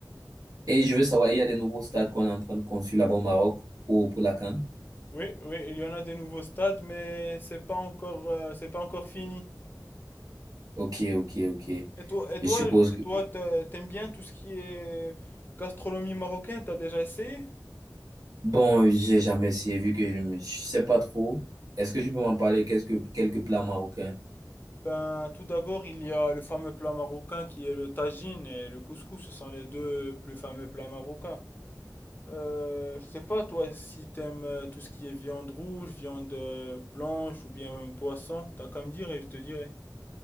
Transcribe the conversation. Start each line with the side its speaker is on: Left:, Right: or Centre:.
Right: Et je veux savoir, il y a des nouveaux stades qu'on est en train de construire là-bas au Maroc pour, pour la CAN?
Left: Oui, oui, il y en a des nouveaux stades, mais c'est pas encore, euh, c'est pas encore fini.
Right: Ok, ok, ok.
Left: Et toi, et toi,
Right: Je suppose
Left: et
Right: que...
Left: toi, t'a- t'aimes bien tout ce qui est gastronomie marocaine, t'as déjà essayé?
Right: Bon, j'ai jamais essayé vu que je ne sais pas trop. Est-ce que tu peux m'en parler qu'est-ce que, quelques plats marocains?
Left: Ben, tout d'abord, il y a le fameux plat marocain qui est le tagine et le couscous, ce sont les deux plus fameux plats marocains. Euh, je sais pas, toi, si t'aimes euh, tout ce qui est viande rouge, viande euh, blanche ou bien euh, poisson, t'as qu'à me dire et je te dirai.